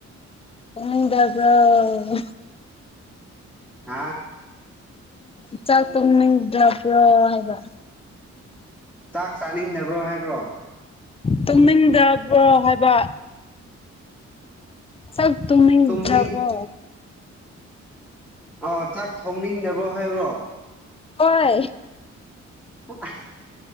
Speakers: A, on the left; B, in the centre.
A: ꯊꯣꯡꯅꯤꯡꯗꯔꯥꯕ꯭ꯔꯣ
B: ꯍꯥ
A: ꯆꯥꯛ ꯊꯣꯡꯅꯤꯡꯗ꯭ꯔꯕ꯭ꯔꯣ ꯍꯥꯏꯕ
B: ꯆꯥꯛ ꯆꯥꯅꯤꯡꯗꯕ꯭ꯔꯣ ꯍꯥꯏꯕ꯭ꯔꯣ
A: ꯇꯣꯡꯅꯤꯡꯗꯕ꯭ꯔꯣ ꯍꯥꯏꯕ ꯆꯥꯛ ꯊꯣꯡꯅꯤꯡꯗ꯭ꯔꯕ꯭ꯔꯣ
B: ꯇꯨꯝꯅꯤꯡ ꯑꯣ ꯆꯥꯛ ꯊꯣꯡꯅꯤꯡꯗꯕ꯭ꯔꯣ ꯍꯥꯏꯕ꯭ꯔꯣ
A: ꯍꯣꯏ
B: <unintelligible>